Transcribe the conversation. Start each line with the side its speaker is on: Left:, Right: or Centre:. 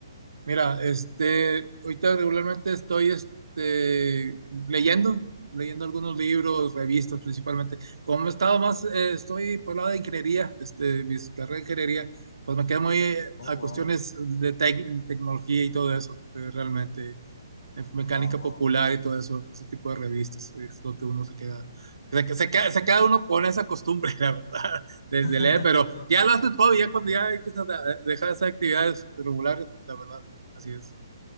Right: Mira, este, ahorita regularmente estoy este, leyendo, leyendo algunos libros, revistas principalmente. Como he estado más, eh, estoy por el lado de ingeniería, este, mi carrera de ingeniería, pues me quedo muy eh,
Left: Oh,
Right: a cuestiones
Left: wow.
Right: de tec- tecnología y todo eso, eh, realmente en mecánica
Left: Wow, wow,
Right: popular
Left: wow, wow.
Right: y todo eso, ese tipo de revistas, es lo que uno se queda, se, se queda, se queda uno con esa costumbre, <laughs> la verdad, de,
Left: <laughs>
Right: de leer, pero
Left: No,
Right: ya lo haces todo, ya
Left: me imagino.
Right: cuando ya empiezas a dejar esas actividades regulares, la verdad, así es.